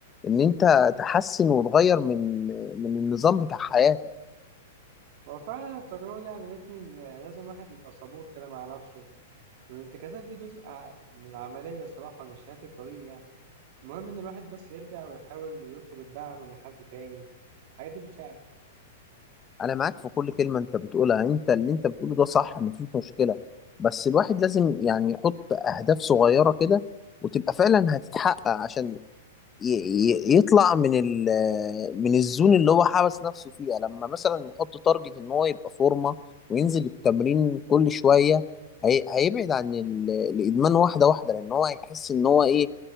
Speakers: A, on the left; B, on the right.
A: ان انت تحسن وتغير من آه، من النظام بتاع حياتك
B: هو فعلا التجربة دي علمتني إن لازم الواحد يبقى صبور كده مع نفسه والانتكاسات دي جزء ع- من العملية صراحة مش نهاية الطريق يعني المهم إن الواحد بس يرجع ويحاول ويطلب الدعم من حد تاني الحاجات دي بتساعد
A: انا معاك في كل كلمه انت بتقولها انت اللي انت بتقوله ده صح مفيش مشكله بس الواحد لازم يعني يحط اهداف صغيره كده وتبقى فعلا هتتحقق عشان ي- ي- يطلع من ال من الزون اللي هو حبس نفسه فيها لما مثلا يحط تارجت ان هو يبقى فورمه وينزل التمرين كل شويه هي هيبعد عن ال- الادمان واحده واحده لان هو هيحس ان هو ايه